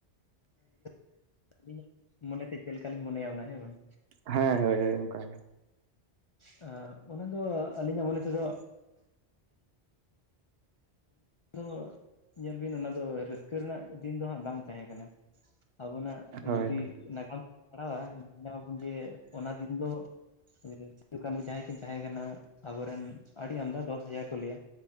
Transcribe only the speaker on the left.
<unintelligible> ᱟᱹᱞᱤᱧᱟᱜ ᱢᱚᱱᱮ ᱛᱮ ᱪᱮᱜ ᱞᱮᱠᱟᱞᱤᱧ ᱢᱚᱱᱮᱭᱟ ᱚᱱᱟ ᱦᱮᱸ ᱵᱟᱝ?
ᱟᱸ ᱩᱱᱟᱹ ᱫᱚ ᱟᱹᱞᱤᱧᱟᱜ ᱢᱚᱱᱮ ᱛᱮᱫᱚ᱾ ᱫᱚ ᱧᱮᱞ ᱵᱤᱱ ᱚᱱᱟ ᱫᱚ ᱨᱟᱹᱥᱠᱟᱹ ᱨᱮᱱᱟᱜ ᱫᱤᱱ ᱫᱚ ᱦᱟᱸᱜ ᱵᱟᱝ ᱛᱟᱦᱮ ᱠᱟᱱᱟ ᱟᱵᱚᱱᱟᱜ᱾
ᱡᱩᱫᱤ ᱱᱟᱜᱟᱢ᱾ ᱯᱟᱲᱦᱟᱣᱟ ᱧᱮᱞ ᱧᱟᱢᱟᱵᱚᱱ ᱡᱮ ᱚᱱᱟ ᱫᱤᱱ ᱫᱚ ᱥᱤᱫᱩ ᱠᱟᱱᱦᱩ ᱡᱟᱸᱦᱟᱭ ᱠᱤᱱ ᱛᱟᱦᱮ ᱠᱟᱱᱟ᱾ ᱟᱵᱚᱨᱮᱱ ᱟᱰᱤ ᱟᱢᱫᱟ ᱫᱚᱥ ᱦᱟᱡᱟᱨ ᱠᱚ ᱞᱟᱹᱭᱟ